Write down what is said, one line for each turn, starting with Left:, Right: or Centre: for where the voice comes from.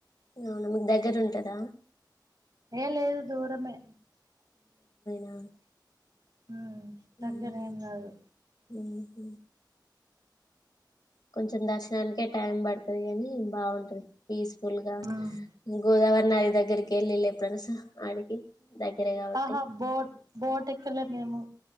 Left: అవునా మీకు దగ్గర ఉంటదా
Right: ఏ లేదు దూరమే
Left: ఆను
Right: ఉమ్
Left: ఉహు
Right: దగ్గరేం కాదు
Left: ఉ హు కొంచెం దర్శనానికే టైం పడుతది కానీ బాగుంటది పీస్ఫుల్ గా
Right: ఉమ్
Left: గోదావరి నది దగ్గరికి వెళ్ళిళ ఎప్పుడనా స ఆడికి దగ్గరే కాబట్టి
Right: ఆహా బోట్ బోట్ ఎక్కలే మేము